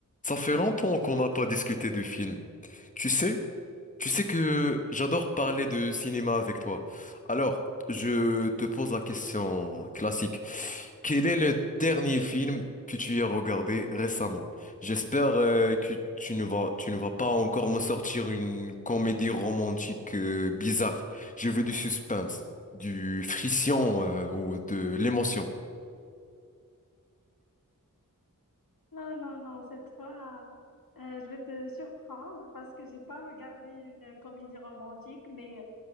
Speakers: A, on the left (about 25°); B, on the left (about 85°).
A: Ça fait longtemps qu'on n'a pas discuté de films. Tu sais, tu sais que j'adore parler de cinéma avec toi. Alors, je te pose la question classique. Quel est le dernier film que tu as regardé récemment? J'espère euh, que tu ne vas, tu ne vas pas encore me sortir une comédie romantique euh, bizarre. Je veux du suspense, du frisson euh, ou de l'émotion.
B: Non, non, non, cette fois, euh, je vais te surprendre parce que j'ai pas regardé une comédie romantique, mais